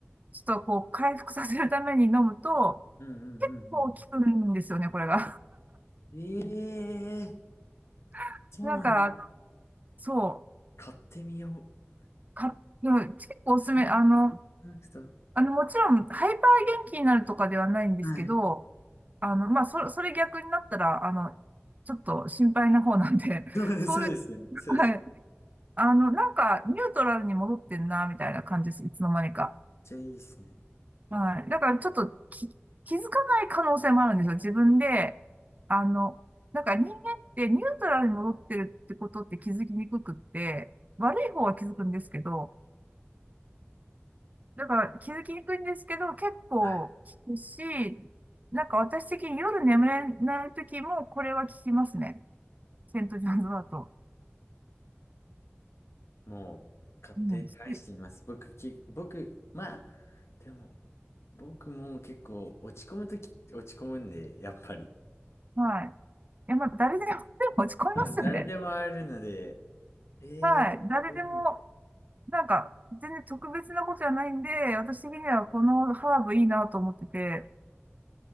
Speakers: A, on the right; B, on the left.
A: ちょっとこう、回復させるために飲むと、
B: うんうんうんう
A: 結構効くんですよね、これが。
B: ん。ええー
A: <laughs>
B: そうなんだ。
A: なんかそう、
B: 買ってみよ
A: か、でも結構おすすめ、
B: う。全
A: あの、
B: 然なくた。
A: あの、もちろん、ハイパー元気になるとかではないんですけど、
B: はい。
A: あの、まあ、それ、それ逆になったら、あの、ちょっと心配な方なんで、<laughs>
B: そうです、
A: そういう、
B: そうですよね。そうです。
A: はい。あの、なんか、ニュートラルに戻ってんな、みたいな感じです。いつの間にか。
B: ちゃいいですね。
A: はい。だから、ちょっとき、気づかない可能性もあるんですよ。自分で。あの、なんか人間ってニュートラルに戻ってるってことって気づきにくくって、悪い方は気づくんですけど、だから気づきにくいんですけど、結構聞くし、
B: はい。
A: なんか私的に夜眠れない時もこれは聞きますね。セントジョーンズだと。
B: もう、買って試してみます。
A: うん、し
B: 僕、き、僕、まあ、でも、僕も結構落ち込むとき落ち込むんで、やっぱり。
A: はい。いや、まあ、誰でも、でも落ち込みますよね。
B: <laughs> 誰でもあるので、えー、
A: はい。誰でも、
B: そう
A: なんか、全然特別なことじゃないんで、私的にはこのハーブいいなと思ってて、